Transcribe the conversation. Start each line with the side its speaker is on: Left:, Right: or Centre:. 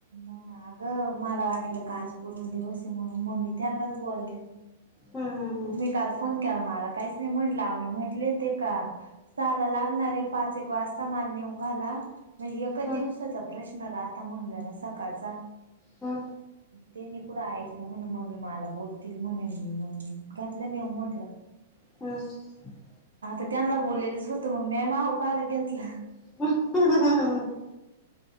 Right: म्हण अगं मला वाटलं का आज पूर्ण दिवस आहे म्हणून मम्मी त्यांनाच बोलल्या.
Left: हं हं
Right: मी काल फोन केला मला काहीच नाही म्हटलं आव मी म्हटले ते का जाला लागणार हाय पाच एक वाजता मला नेऊन घाला मग एकच
Left: हं
Right: दिवसाचा
Left: हं
Right: प्रश्न राहता म्हणल ना सकाळचा.
Left: हा
Right: तेनी कुठं ऐकलं म्हणून मम्मी मला बोलतील म्हणे म्हणून घातलं नेऊन म्हंटल
Left: ह
Right: आता त्यांना बोललेलंच होतं मग मम्मे माव काय घेतल.
Left: ह ह ह